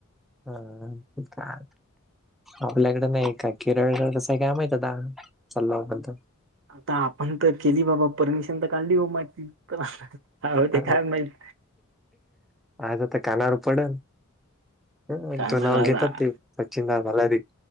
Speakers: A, in the centre; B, on the right.
A: हा हा. आपल्याकडे नाही का केरळकडे तसं काय माहित आहे आ चालांत?
B: आता आपण तर केली बाबा परमिशन तर काढली हो माझी तर हो ते
A: ह
B: काय माहित
A: आता तर काना वर पडेल. हो
B: काय माहित
A: नाव गेतात
B: आता.
A: सचिन नला र